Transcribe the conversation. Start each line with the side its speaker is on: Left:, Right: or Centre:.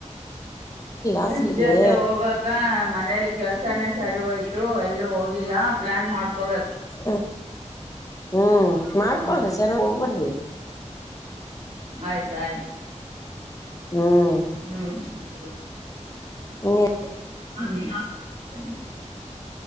Right: ಫ್ರೆಂಡ್ಸ್
Left: ಹಾಸ್ಟೆಲ್ಗೆ
Right: ಜೊತೆ ಹೋಗ. ಮನೇಲಿ ಕೆಲ್ಸಾನೇ ಸರಿ ಹೋಯ್ತು ಎಲ್ಲ ಹೋಗಿಲ್ಲ ಪ್ಲಾನ್ ಮಾಡ್ಕೋಬೇಕು
Left: ಹ ಹ್ಮ್ ಮಾಡ್ಕೊಳ್ರಿ
Right: ಹ್ಮ್
Left: ಚೆನ್ನಾಗಿ ಹೋಗಿ ಬನ್ರೀ.
Right: ಆಯ್ತ ಆಯ್ತು
Left: ಹ್ಮ್
Right: ಹ್ಮ್.
Left: ಇನ್ನ